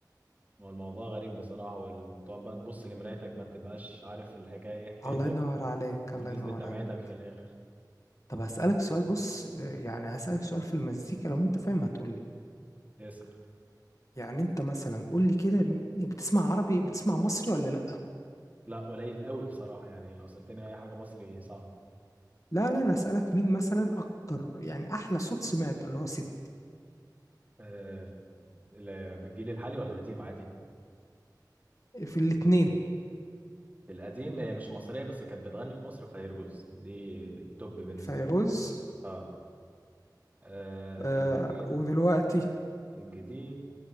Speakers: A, on the right; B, on the left.
A: هو الموضوع غريب بصراحه وتقعد بقى تبص لمرايتك ما بتبقاش عارف الحكايه ايه حكايتك
B: الله ينور عليك
A: ونزلت
B: الله ينور
A: دمعتك
B: عليك
A: في الاخر
B: طب هسألك سؤال بص يعني هسألك سؤال في المزيكا لو انت فاهم هتقولي
A: اسال
B: يعني انت مثلا قولي كده م- بتسمع عربي بتسمع مصري ولا لا
A: لا قليل قوي بصراحه يعني لو سالتني اي حاجه مصري صعب
B: لا لا انا هسألك مين مثلا اكتر يعني احلى صوت سمعته اللي هو ست
A: آه، ال- في الجيل الحالي ولا قديم عادي
B: في الاتنين
A: في القديم هي مش مصرية بس كانت بتغني في مصر فيرجوز دي التوب بالنسبة
B: فيروز
A: لي اه آه،
B: آه
A: في الجديد
B: ودلوقتي
A: في الجديد